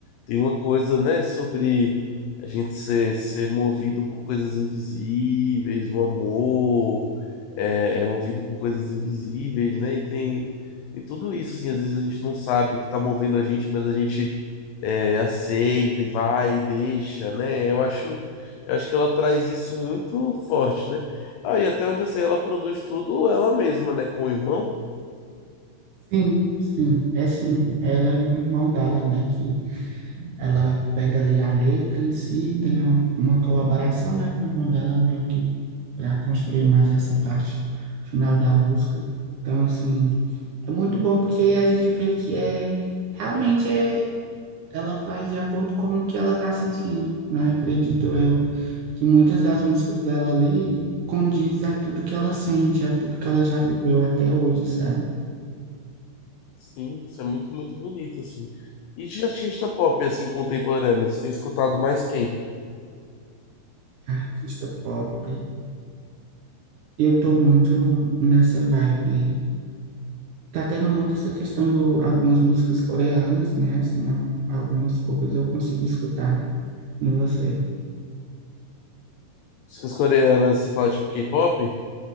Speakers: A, on the left; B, on the right.
A: tem uma coisa, né, sobre a gente ser, ser movido por coisas invisíveis, o amor é, é movido por coisas invisíveis, né? E tem, tem tudo isso, assim, às vezes a gente não sabe o que tá movendo a gente, mas a gente é, aceita e vai e deixa, né? Eu acho, eu acho que ela traz isso muito forte, né? Aí, até onde eu sei, ela produz tudo ela mesma, né? Com o irmão.
B: Sim, sim, é sim. Ela e o irmão dela, né, que ela pega ali a letra em si, tem um- uma colaboração, né, com o irmão dela, meio que para construir mais essa parte final da música. Então, assim, É muito bom porque a gente vê que é realmente é ela faz de acordo com o que ela tá sentindo, né? Acredito eu que muitas das músicas dela ali condiz a tudo que ela sente, a tudo que ela já viveu até hoje, sabe?
A: Sim, isso é muito, muito bonito, assim. E de artista pop, assim, contemporâneo, você tem escutado mais quem?
B: Artista pop. Eu tô muito nessa vibe. Tá tendo muito essa questão do algumas músicas coreanas, né? Assim, al- algumas poucas eu consigo escutar em você.
A: As coreanas, você fala tipo K-pop?